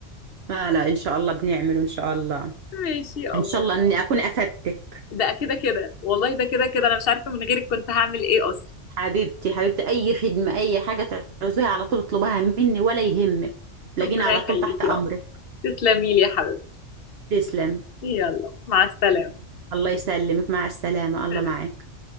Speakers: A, on the right; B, on the left.
A: لا لا ان شاء الله بنعمله ان شاء الله
B: ماشي يا قمر
A: ان شاء الله اني اكون افدتك
B: ده كده كده والله ده كده كده انا مش عارفه من غيرك كنت هعمل ايه اصلا
A: حبيبتي حبيبتي اي خدمه اي حاجه تعوزيها على طول اطلبها مني ولا يهمك تلاقيني
B: ربنا
A: على
B: يخليكي
A: طول تحت امرك
B: يا قمر تسلمي لي يا حبيبتي
A: تسلم
B: يلا مع السلامه
A: الله يسلمك مع السلامه الله
B: سلام
A: معاك